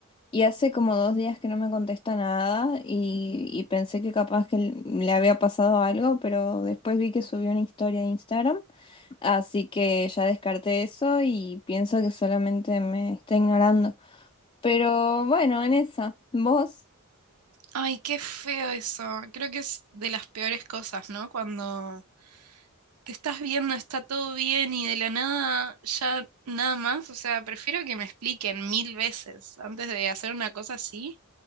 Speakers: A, on the left (about 25°); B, on the right (about 90°).
A: y hace como dos días que no me contesta nada y, y pensé que capaz que le había pasado algo, pero después vi que subió una historia a Instagram, así que ya descarté eso y pienso que solamente me está ignorando. Pero bueno, en esa, ¿vos?
B: Ay, qué feo eso. Creo que es de las peores cosas, ¿no? Cuando te estás viendo, está todo bien y de la nada ya nada más. O sea, prefiero que me expliquen mil veces antes de hacer una cosa así.